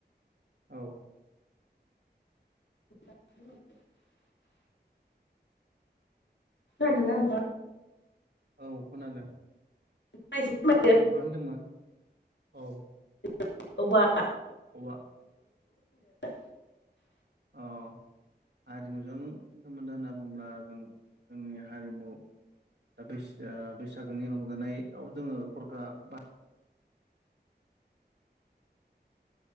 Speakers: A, on the right; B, on the left.
A: औ।
B: <unintelligible> खोनादों ना नोंथां?
A: औ खोनादों।
B: हेलौ
A: औ मा होनदोंमोन? औ।
B: <inaudible> औवा <inaudible>
A: औवा
B: <inaudible>
A: अ हारिमुजों सोमोन्दो होनना बुंङोब्ला जों जोंनि हारिमु दा बैसा-बैसागोनि रंजानायाव जोङो खरखाखौ बा